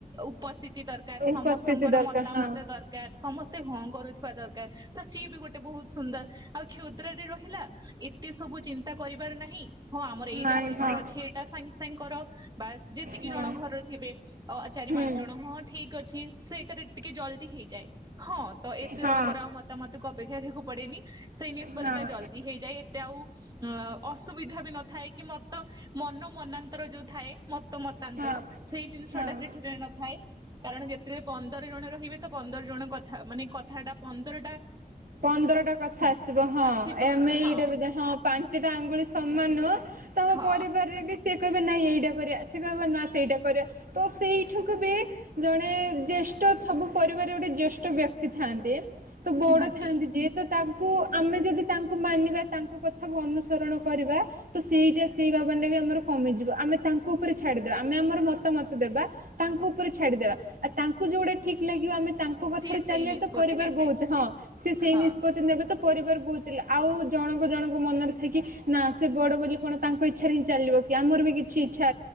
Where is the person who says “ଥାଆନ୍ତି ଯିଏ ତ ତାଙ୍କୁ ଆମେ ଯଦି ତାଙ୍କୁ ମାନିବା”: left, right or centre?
Right